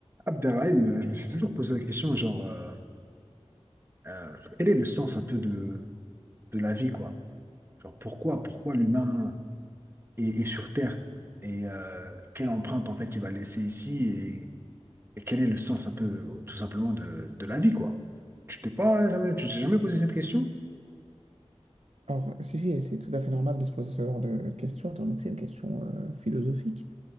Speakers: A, on the right; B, on the right.
A: Abderrahim, euh, je me suis toujours posé la question, genre, euh, euh, quel est le sens un peu de, de la vie, quoi? Genre, pourquoi, pourquoi l'humain est, est sur Terre? Et euh, quelle empreinte, en fait, il va laisser ici? Et, et quel est le sens un peu, euh, tout simplement, de, de la vie, quoi? Tu t'es pas jamais, tu t'es jamais posé cette question?
B: Alors, si, si, c'est tout à fait normal de se poser ce genre de questions, étant donné que c'est une question euh, philosophique.